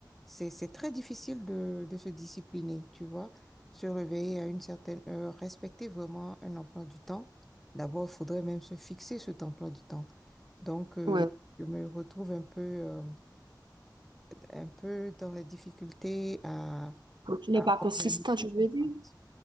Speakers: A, in the centre; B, on the right (about 75°).
A: c'est, c'est très difficile de, de se discipliner, tu vois. Se réveiller à une certaine heure, respecter vraiment un emploi du temps. D'abord, il faudrait même se fixer cet emploi du temps. Donc, euh,
B: ouais.
A: je me retrouve un peu, euh, un peu dans la difficulté à,
B: Donc, tu n'es
A: à
B: pas
A: organiser
B: consistant, je veux
A: ça, en fait.
B: dire.